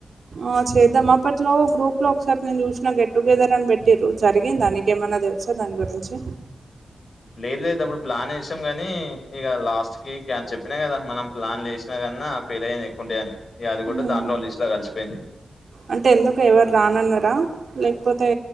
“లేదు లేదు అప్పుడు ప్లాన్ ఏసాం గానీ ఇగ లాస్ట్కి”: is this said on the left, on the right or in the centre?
Left